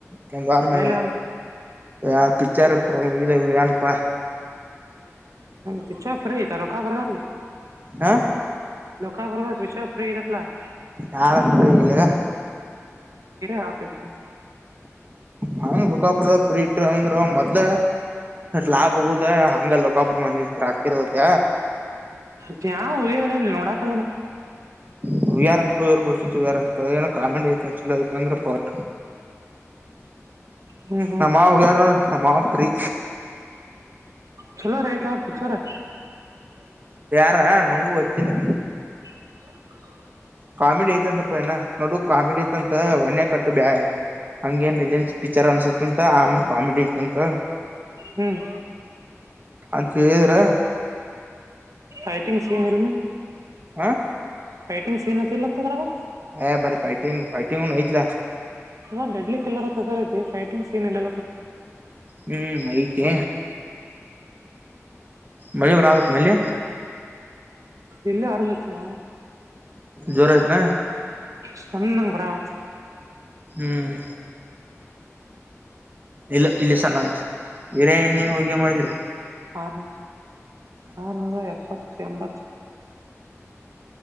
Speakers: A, on the right (about 35°); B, on the right (about 85°).
A: ಗಂಗಾರ ಮೇ
B: ಎಲ್ಲಿ
A: ಯ ಪಿಚ್ಚರು <unintelligible>
B: ಪಿಚ್ಚರ್ ಫ್ರೀ ಆಯಿತು ರೊಕ್ಕ ಬರರೀ.
A: ಹ
B: <unintelligible>
A: ಯಾರಂದ್ರ ಇಲ್ಲಾಗ
B: ಹೇಳ್ತಿದ್ದ
A: ಹಾ ರೊಕ್ಕ ಬರುತ್ತದೆ ಫ್ರೀ ಇಟ್ಟಿಲ್ಲ ಅಂದ್ರೆ. ಮೊದ್ಲ ಲಾಭ ಹಗುದ ಹಂಗ ಲಕಾಪ್ರ ಮಂದಿ ಹಾಕಿರ್ತದ.
B: ಕ್ಯ ಯಾವ ಹೋಗ್ಯಲ್ಲಲ್ಲಿ ನೋಡಕಲ್ಲ.
A: ಹ ಯಾರ ಅಂತ ಬ ಇವರು ಬಸ್ಸ ಯಾರಂತ ಏನೋ ಕಾಮಿಡಿ ಐತಂದ ಚಲ ಐತ ಅಂದ್ರೆ ಪೋಟ.
B: ಹ್ಮ್ ಹ್ಮ್
A: ನಮ್ಮ ಮಾವಗ ಯಾರೋ ನಮ್ಮ ಮಾವಾಗ ಫ್ರೀ.
B: ಚಲೋರ ಐತ್ ಪಿಚ್ಚರು.
A: ಹ ನಮಗೂ ಗೊತ್ತಿಲ್ಲ.
B: ಹಿ ಗೋಲ್ ಗುಲು.
A: ಕಾಮಿಡಿ ಐತಂತಪ್ಪ ಏನ ನೋಡು ಕಾಮಿಡಿ ಐತಂತ ಒನ್ಯ ಕಟ್ಟ ಬ್ಯಾ. ಹಂಗೇನ್ ಇದೇನ್ ಪಿಕ್ಚರ್ ಅನ್ಸುತ್ತ ಅಂತ ಆಮೇಲೆ ಕಾಮಿಡಿ. ತಂತ
B: ಹ್ಮ್
A: ಅಂತ ಹೇಳಿದಿರ.
B: ಫೈಟಿಂಗ್ ಸೀನ್ ಇಲ್ಲ
A: ಹ
B: ಫೈಟಿಂಗ್ ಸೀನ್ <unintelligible>
A: ಹ ಬರಿತೈತಿ ಫೈಟಿಂಗ್ ವೋಯತ್ಲ.
B: ಅ ಡೆಡ್ಲಿ ಕಿಲ್ಲರ್ ತೊಗೊಳೋದು ಫೈಟಿಂಗ್ ಸೀನ್ ಎಲ್ಲ
A: ಹ್ಮ್ ಐತೆ, ಮಳ್ಳುವರ್ ಆವತ್ ನಲ್ಲಿ.
B: ಎಲ್ಲ ಆರುಮಿತಣ.
A: ಜೋರಾಯ್ತ
B: ಸಣ್ಣಂ ಭರತ್,
A: ಹ್ಮ್ ಇಲ್ಲ ಇಲ್ಲಿ ಸಣ್ಣ ಆಯ್ತು ವಿರೆೇ. ನೀನ್ ಹೋಗೆಯ್ ಮಾಡಿದ್ರೀ.
B: ಆರುನೂ ಆರನೂರು ಎಪ್ಪತ್ತು. ಎಂಬತ್ತು